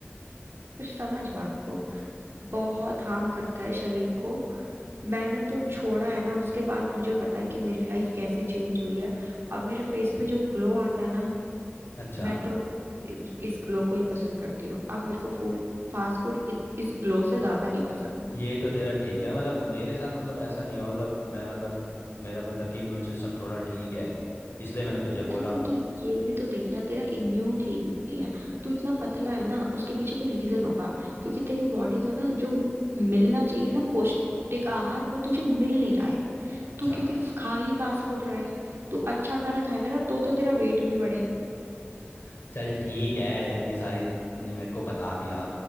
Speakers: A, on the right; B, on the left.
A: फिर समझ बात को बहुत हार्म करता है शरीर को मैंने तो छोड़ा है ना उसके बाद मुझे पता है कि मेरी लाइफ कैसे चेंज हुई है अब मेरे फेस पे जो ग्लो आता है ना
B: अच्छा
A: मैं तो इ- इस ग्लो को ही पसंद करती हूँ अब मेरे को फूड फास्ट फूड इ- इस ग्लो से ज्यादा नहीं पसंद
B: ये तो तेरा ठीक है मतलब मेरे साथ मतलब ऐसा नहीं हुआ मतलब मैं मतलब मेरा मतलब कि इम्यून सिस्टम थोड़ा ठीक है इसलिए मैंने तुझे
A: अरे
B: बोला
A: तो तू ये भी तो देखना तेरा इम्यून ठीक नहीं है तू इतना पतला है ना उसके पीछे कोई रीजन होगा क्योंकि तेरी बॉडी को ना जो मिलना चाहिए ना पौष्टिक आहार वो तुझे मिल नहीं रहा है
B: अच्छा
A: तू क्योंकि फ- खा ही फास्ट फूड रहा है तू अच्छा खाना खाएगा ना तो तो तेरा वेट भी बढ़े
B: अच्छा। चल ठीक है इतनी सारी ने मेरे को बता दिया